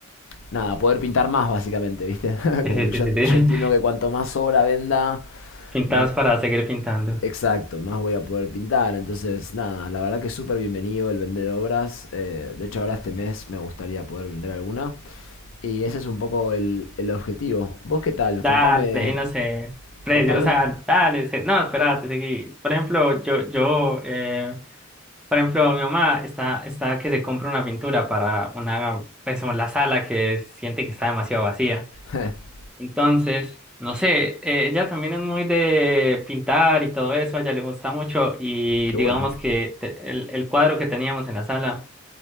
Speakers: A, on the left (about 65°); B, in the centre.
A: nada, poder pintar más básicamente, ¿viste? <laughs>
B: Sí,
A: Como
B: sí,
A: que yo,
B: sí, sí,
A: en-
B: sí.
A: yo
B: <laughs>
A: entiendo que cuanto más obra venda,
B: Pintas
A: m-
B: para seguir pintando.
A: exacto, más voy a poder pintar. Entonces, nada, la verdad que es súper bienvenido el vender obras. eh, de hecho, ahora este mes me gustaría poder vender alguna. Y ese es un poco el, el objetivo. ¿Vos qué tal?
B: Dale,
A: Contame.
B: y no sé, precio,
A: Contame.
B: o sea, dale, se- no, espérate, seguí. Por ejemplo, yo, yo, eh, por ejemplo, mi mamá está, está que se compra una pintura para una, pues, la sala que siente que está demasiado vacía.
A: <laughs>
B: Entonces, no sé, eh, ella también es muy de pintar y todo eso, a ella le gusta mucho y
A: Qué
B: digamos
A: bueno.
B: que te- el, el cuadro que teníamos en la sala.